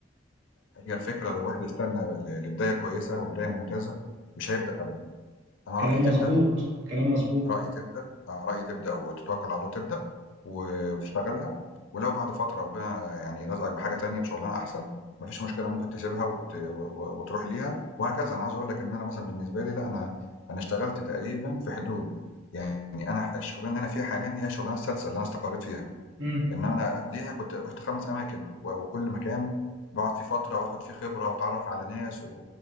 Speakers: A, on the left (about 75°); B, on the right (about 85°).
A: هي الفكرة لو واحد استنى ل لبداية كويسة وبداية ممتازة مش هيبدأ أبدًا. أنا
B: كلام
A: رأيي تبدأ
B: مظبوط كلام مظبوط
A: رأي تبدأ آه، رأي تبدأ وتتوكل على الله وتبدأ و- وتشتغلها ولو بعد فترة ربنا يعني رزقك بحاجة تانية بشغلانة أحسن مفيش مشكلة ممكن تسيبها وت... و- و- وتروح ليها وهكذا أنا عاوز أقول لك إن أنا مثلا بالنسبة لي لا أنا أنا اشتغلت تقريبا في حدود يعني أنا الشغلانة اللي أنا فيها حاليا دي هي الشغلانة السادسة اللي أنا استقريت فيها
B: امم
A: إنما أنا قبليها كنت رحت خمس أماكن و- وكل مكان بقعد فيه فترة وآخد فيه خبرة وأتعرف على ناس و...